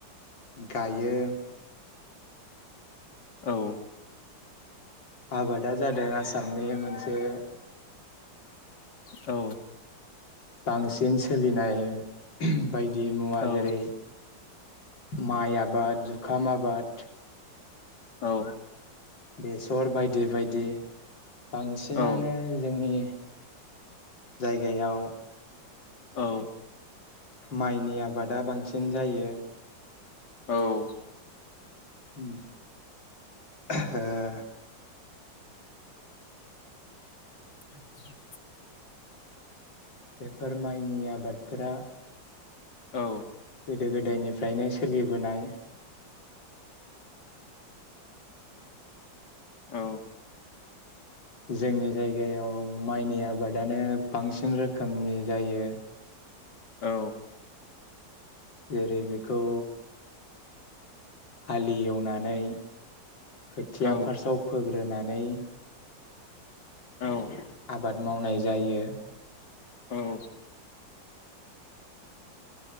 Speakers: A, on the left; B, on the left.
A: गायो
B: औ
A: आबादा जादों आसामनि मोनसे
B: औ
A: बांसिन सोलिनाय एहम बायदि मुवा
B: औ
A: जेरै माइ आबाद जु खामा आबाद
B: औ
A: बेसर बायदि बायदि। बांसिनानो
B: औ
A: जोंनि जायगायाव
B: औ।
A: माइनि आबादा बांसिन जायो।
B: औ।
A: <unintelligible>
B: <inaudible>
A: बेफोर माइनि आबादफोरा।
B: औ।
A: गोदो <unintelligible> सोलिबोनाय।
B: औ।
A: जोंनि जायगायाव माइनि आबादानो बांसिन रोखोमनि जायो।
B: औ।
A: जेरै बेखौ हालि एवनानै। खोथिया
B: औ
A: फार्स्टआव फोग्रोनाय। नै।
B: औ।
A: आबाद मावनाय जायो।
B: औ।